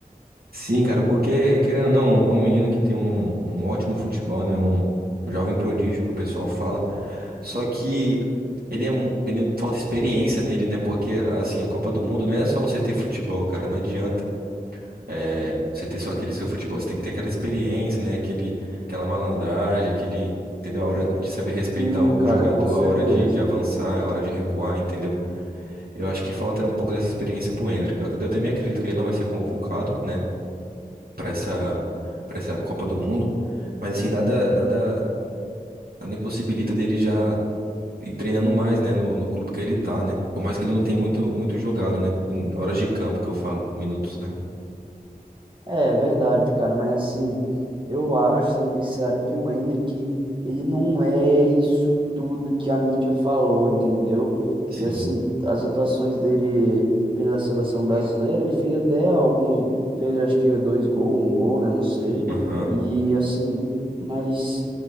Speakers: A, on the right; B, on the right.
A: Sim, cara, porque, querendo ou não, é um menino que tem um, um ótimo futebol, né? Um, um jovem prodígio que o pessoal fala. Só que ele é, mu- ele falta experiência nele, né? Porque, assim, a Copa do Mundo não é só você ter futebol, cara, não adianta. É, você ter só aquele seu futebol, você tem que ter aquela experiência, né? Aquele, aquela malandragem, aquele, entendeu? A hora de saber respeitar
B: Sim,
A: o
B: cara,
A: jogador,
B: com certeza.
A: a hora de, de avançar, a hora de recuar, entendeu? Eu acho que falta um pouco dessa experiência pro Endrick. Eu, ac- eu também acredito que ele não vai ser convocado, né? Pra essa, pra essa Copa do Mundo. Mas assim, nada, nada, nada impossibilita dele já ir treinando mais, né? No, no clube que ele tá, né? Por mais que ele não tenha muito, muito jogado, né? Em horas de campo que eu falo, minutos, né?
B: É verdade, cara, mas assim, eu acho, sendo bem sério, que o Endrick, ele não é isso tudo que a mídia falou, entendeu?
A: Sim.
B: E assim, as atuações dele pela seleção brasileira, ele fez até alguns, fez acho que dois gols, um gol, né, não sei.
A: Aham.
B: E assim, mas